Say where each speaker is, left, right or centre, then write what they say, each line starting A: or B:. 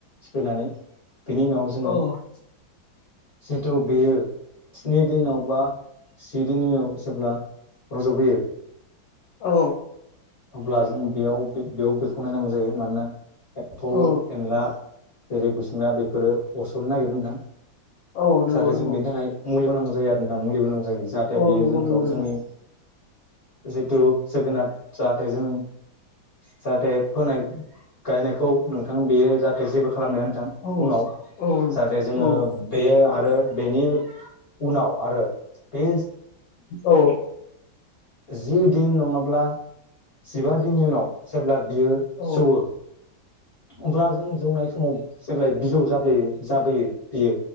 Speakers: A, on the left; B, on the left.
A: सिप्लेनानै बिनि उनाव जोङो
B: औ
A: जिथु बेयो स्नि दिनाव बा जि दिनाव जेब्ला रज'बोयो
B: औ
A: अब्ला जों बेयाव बेयाव बेखौ नायनांगौ जायो मानोना एम्फौ
B: औ
A: एनला जेरै- खुसुंया बेफोरो अरसरनो नागिरो नोंथां।
B: औ नंगौ
A: जाहाथे
B: नंगौ
A: जों बेनि थाखाय मुलियाव होनांगौ जायो आरो नोंथां मुलि होनोगोनां जायो। जाहाथे
B: औ
A: बेयो
B: नंगौ
A: जोंखौ
B: नंगौ नंगौ
A: जोंनि जितु जोगोनार जाहाथे जों जाहाथे फोनाय गायनायखौ नोंथां बेयो जाहाथे जेबो खालामनो हाया नोथां
B: औ
A: उनाव
B: औ
A: जाहाथे जोङो
B: औ
A: बेयो आरो बेनि उनाव आरो बे
B: औ
A: जि दिन नङाब्ला जिबा दिननि उनाव जेब्ला बियो
B: औ
A: जौवो अब्ला जों जौनाय समाव जेब्लााय बिजौ जाबोयो जाबोयो बियो